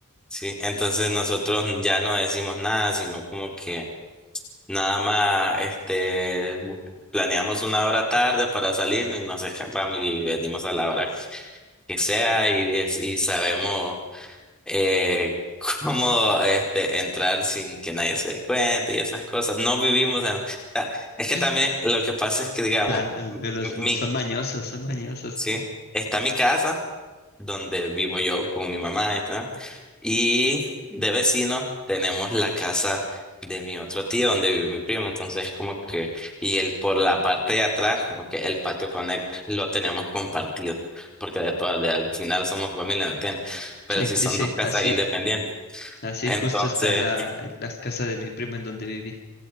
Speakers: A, in the centre; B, on the left (about 45°).
A: Sí, entonces nosotros ya no decimos nada, sino como que nada más este bu- planeamos una hora tarde para salirnos y nos escapamos y venimos a la hora que sea y, es- y sabemos eh, <laughs> cómo este entrar sin que nadie se dé cuenta y esas cosas. No vivimos en... o es que
B: <laughs>
A: también lo que pasa es que, digamos,
B: La-
A: mi,
B: los,
A: mi-
B: son mañosos, son mañosos
A: sí,
B: que...
A: está mi casa donde vivo yo con mi mamá, ¿está? Y de vecino tenemos la casa de mi otro tío donde vive mi primo. Entonces, como que, y él por la parte de atrás, como que el patio Connect lo tenemos compartido, porque de todo, de- al final somos familia, ¿me entiendes? Pero
B: sí
A: sí
B: sí,
A: son
B: sí,
A: dos casas
B: así,
A: independientes.
B: así
A: Entonces,
B: justo está la, las casas de mi prima en donde viví